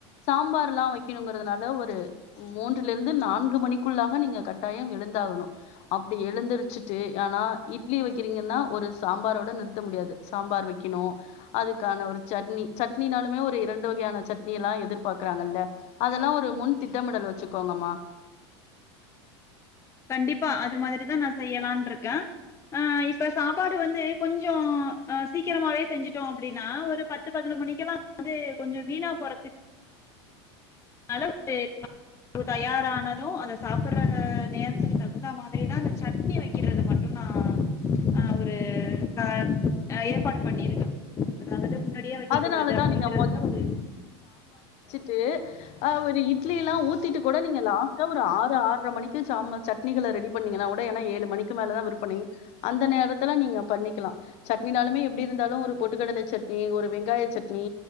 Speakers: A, on the left (about 50°); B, on the left (about 20°).
A: சாம்பார்ல்லா வைக்கணுங்கிறதுனால ஒரு மூன்றுல இருந்து நான்கு மணிக்குள்ளாக நீங்க கட்டாயம் எழுந்தா ஆகணு அப்டி எழுந்திருச்சுட்டு ஆனா இட்லி வைக்கிறீங்கன்னா ஒரு சாம்பாரோட நிறுத்த முடியாது சாம்பார் வைக்கணு அதுக்கான ஒரு சட்னி சட்னினாலுமே ஒரு இரண்டு வகையான சட்னி எல்லா எதிர்பா இருக்றாங்கல்ல அதெல்லா ஒரு முன் திட்டமிடல் வச்சுக்கோங்கம்மா
B: கண்டிப்பா அது மாதிரிதா நா செய்யலான்ட்ருக்கே ஆ இப்ப சாப்பாடு வந்து கொஞ்சோ அ சீக்கிரமாவே செஞ்சுட்டோ அப்படின்னா ஒரு பத் பத்து பதினொரு மணிக்கெல்லா வந்து கொஞ்ச வீணா போறது அளவு தயாரானது அத சாப்படுற நேர இதுக்கு தகுந்தா மாதிரிதா இந்த சட்னி வக்கிறது மட்டு நா அ ஒரு அ அ ஏற்பாடு பண்ணிருக்கே அதாவது முன்னாடியே வைக்க
A: அதனாலதான்
B: கூடாது அப்டிங்கறதுல்லா
A: நீங்க
B: ஒரு
A: ச்சு அ ஒரு இட் இட்லிலா ஊத்திட்டு கொட நீங்க லாஸ்டா ஒரு ஆறு ஆர்ற மணிக்கு சாம சட்னிகள ரெடி பண்ணீங்கன்னா கூட ஏன்னா ஏழு மணி க்கு மேலதா விற்பனை அந்த நேரத்துல நீங்க பண்ணிக்கலா சட்னினாலுமே எப்டி இருந்தாலு ஒரு பொட்டுக்கடல சட் னி ஒரு வெங்காய சட்னி